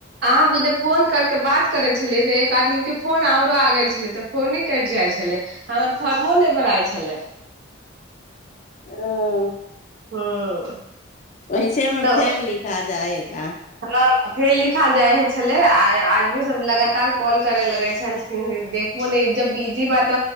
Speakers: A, on the right; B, on the left.
A: अहाँ उजे फोन करके बात करै छलियै तऽ एक आदमी के फोन आओरो आ गेल छलै तऽ फोने कटि जाइ छलै हमर फॉर्मो नहि भराइ छलै
B: हँ
A: हूँ
B: वैसेमे
A: तऽ
B: फेल लिखा जाहै का
A: हँ फेर लिखल जाइ ह छलै आ आदमीसभ लगातार कॉल करय लगै छलखिन देखबो नहि जब बिजी बात